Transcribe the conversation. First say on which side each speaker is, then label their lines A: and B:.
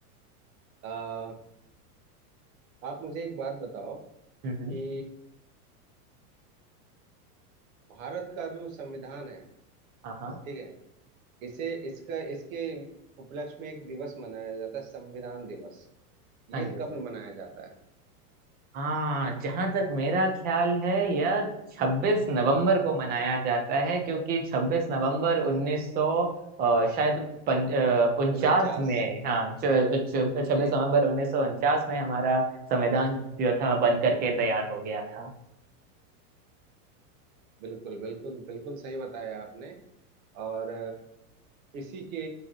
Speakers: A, on the right; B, on the right.
A: आ, आप मुझे एक बात बताओ
B: हम्म
A: कि
B: हम्म,
A: भारत का जो संविधान है
B: हाँ हाँ
A: ठीक है इसे इसका इसके उपलक्ष्य में एक दिवस मनाया जाता है संविधान दिवस
B: हाँ
A: ये
B: जी
A: कब मनाया जाता है
B: हाँ जहां तक मेरा ख्याल है यह 26 नवंबर को मनाया जाता है क्योंकि 26 नवंबर 1900 अ, शायद पं- अ, उनचास
A: उनचास
B: में हाँ छब्बीस
A: जी
B: नवंबर उन्नीस सौ उनचास में हमारा संविधान जो था बन करके तैयार हो गया था
A: बिल्कुल बिल्कुल बिल्कुल सही बताया आपने और इसी के